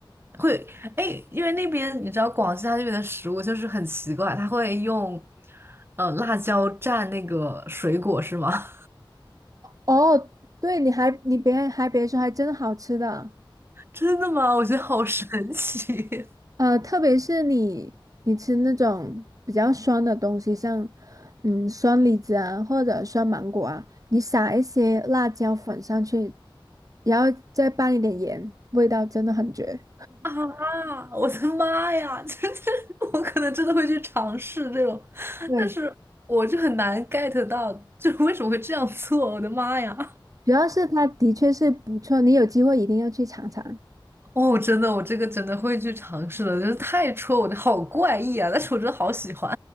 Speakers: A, on the right; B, on the right.
A: 会哎？因为那边你知道广西它那边的食物就是很奇怪，它会用呃辣椒蘸那个水果是吗？
B: 哦，对，你还你别还别说，还真好吃的。
A: <laughs> 真的吗？我觉得好神奇
B: 呃，特别是你你吃那种比较酸的东西，像嗯酸李子啊或者酸芒果啊，你撒一些辣椒粉上去，然后再拌一点盐，味道真的很绝。
A: <laughs> 啊！我的妈呀，<laughs> 就是我可能真的会去尝试这种，
B: 对，
A: 但是我就很难 get 到，就是为什么会这样做？我的妈呀！
B: 主要是它的确是不错，你有机会一定要去尝尝。
A: 哦，真的，我这个真的会去尝试的，就是太戳我的，好怪异啊！但是我真的好喜欢。